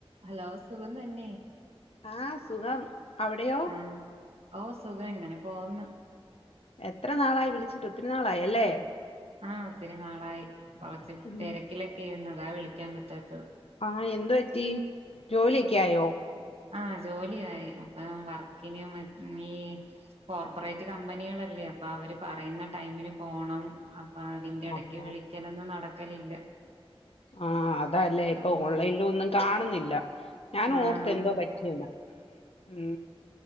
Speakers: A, on the right; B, on the left.
A: Hello സുഖം തന്നെ.
B: ആ സുഖം അവിടെയോ?
A: ആഹ് ഓ സുഖം ങ്ങനെ പോന്ന്.
B: എത്ര നാളായി വിളിച്ചിട്ട് ഒത്തിരി നാളായല്ലേ?
A: ആ ഒത്തിരി നാളായി കൊറച്ച്
B: ഉം
A: തെരക്കിലൊക്കെര്ന്നു അതാ വിളിക്കാൻ പറ്റാത്തത്.
B: ആ എന്ത് പറ്റി ജോലിയൊക്കെ ആയോ
A: ആ ജോലിയായി അപ്പം വർക്കിന് മ ഈ കോർപ്പറേറ്റ് കമ്പനികളല്ലേ? അപ്പൊ അവര് പറയുന്ന ടൈമിന് പോണം. അപ്പ അതിന്റെ ഇടക്ക്
B: ആഹാ
A: വിളിക്കലൊന്നും നടക്കലില്ല
B: ആ അതാല്ലേ ഇപ്പൊ
A: ആഹ്
B: ഓൺലൈനൊന്നും കാണുന്നില്ല. ഞാനും
A: ആഹ്
B: ഓർത്ത്
A: ആഹ്
B: എന്തോ പറ്റിയന്ന് ഉം